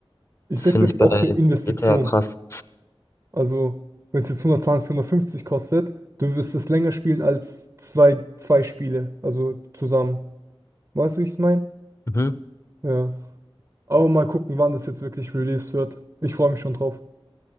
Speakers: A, on the right; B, on the left.
A: Ich
B: Das
A: sag,
B: finde
A: das
B: ich
A: ist
B: bei
A: auch eine Investition.
B: GTA krass.
A: Also wenn es jetzt 120, 150 kostet, du wirst es länger spielen als zwei, zwei Spiele, also zusammen. Weißt du, wie ich es meine?
B: Mhm.
A: Ja. Aber mal gucken, wann das jetzt wirklich released wird. Ich freue mich schon drauf.